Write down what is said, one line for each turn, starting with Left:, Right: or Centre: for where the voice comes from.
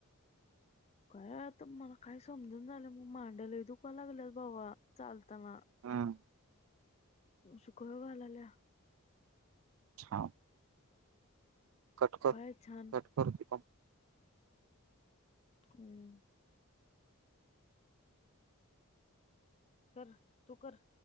Left: काय आता मला काय समजून झालं मग मांड्याला दुका लागल्यात बाबा चालत त म
Right: हम्म
Left: अशी कळ घालायला.
Right: हा. कटकर
Left: काय छान
Right: कट करते प
Left: हम्म. कर तू कर.